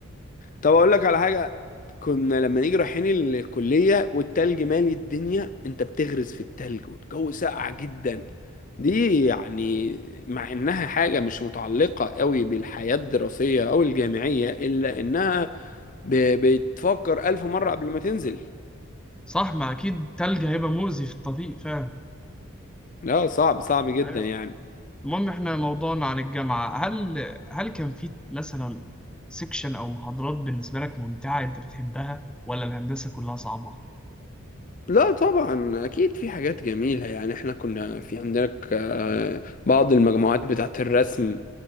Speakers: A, on the left; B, in the centre.
A: طب اقول لك على حاجة كنا لما نيجي رايحين الكلية والتلج مالي الدنيا انت بتغرز في التلج والجو ساقع جدا دي يعني مع انها حاجة مش متعلقة قوي بالحياة الدراسية او الجامعية الا انها ب- بتفكر الف مرة قبل ما تنزل
B: صح ما أكيد تلج هيبقى مؤذي في الطريق فعلا
A: لا صعب صعب جدا
B: أيوة
A: يعني
B: المهم احنا موضوعنا عن الجامعة هل هل كان في مثلا سيكشن او محاضرات بالنسبة لك ممتعة انت بتحبها ولا الهندسة كلها صعبة؟
A: لا طبعا اكيد في حاجات جميله يعني احنا كنا في عندك آه، بعض المجموعات بتاعه الرسم